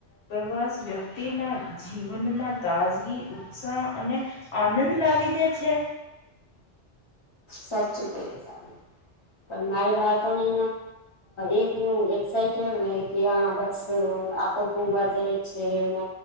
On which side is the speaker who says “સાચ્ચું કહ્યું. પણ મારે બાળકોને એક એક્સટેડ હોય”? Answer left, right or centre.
Left